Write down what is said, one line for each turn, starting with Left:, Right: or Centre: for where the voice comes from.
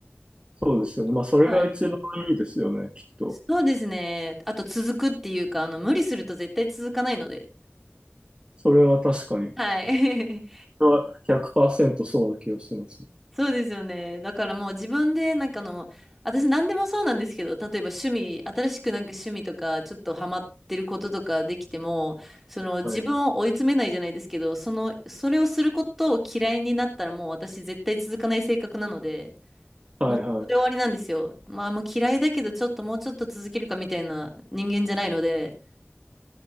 Right: そうですよね。まあ、それが一番いいですよね、
Centre: はい。
Right: きっと。
Centre: そうですね。あと続くっていうか、あの、無理すると絶対続かないので。
Right: それは確かに。
Centre: はい。
Right: それは100%そうな気がしますね。
Centre: <laughs> そうですよね。だからもう自分で、なんかあの、私何でもそうなんですけど、例えば趣味、新しくなんか趣味とか、ちょっとハマってることとかできても、その自分を追い詰めないじゃないですけど、
Right: はい。
Centre: その、それをすることを嫌いになったらもう私絶対続かない性格なので、
Right: はいはい。
Centre: もうそこで終わりなんですよ。まあ、もう嫌いだけど、ちょっともうちょっと続けるかみたいな人間じゃないので、